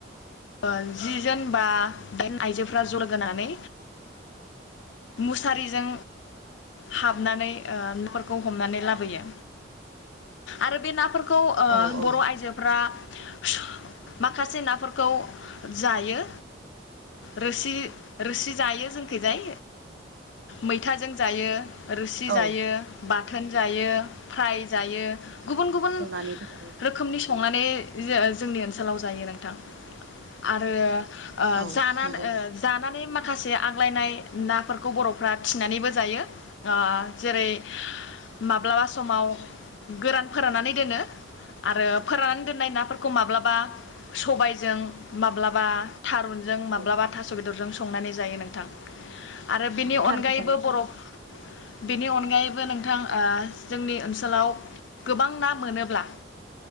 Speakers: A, on the left; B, on the right.
A: ओ जि जोन बा दाइन आइजोफोरा ज' लोगोनानै मुसारिजों हाबनानै ओ नाफोरखौ हमनानै लाबोयो आरो बे नाफोर खौ ओ
B: औ औ
A: बर' आइजोफ्रा। स माखासे नाफोर खौ जायो रोसि रोसि जायो जोंखैजाय मैथाजों जायो। रोसि
B: औ
A: जायो बा बाथोन जायो फ्राय जायो। गुबुन गुबुन
B: नुनानैबो जायो
A: रोखोमनि
B: औ
A: संनानै जो-जोंनि ओनसोलाव जायो नोंथां। आरो ओ
B: औ
A: जानान
B: नंगौ
A: जानानै मा खासे आग्लायनाय नाफोरखौ बर'फोरा थिनानैबो जायो। ओ जेरै माब्लाबा समाव गोरान फोराननानै दोनो आरो फोराननानै दोनाय नाफोरखौ माब्लाबा सबाय जों माब्लाबा थारुनजों माब्लाबा
B: औ
A: थास बेदरजों स संनानै जायो नोंथां। आरो बिनि
B: औ थार
A: अनगायैबो
B: खोथा नोंथां
A: बर' बेनि अनगायैबो नोंथां ओ जोंनि ओनसोलाव गोबां ना मोनोब्ला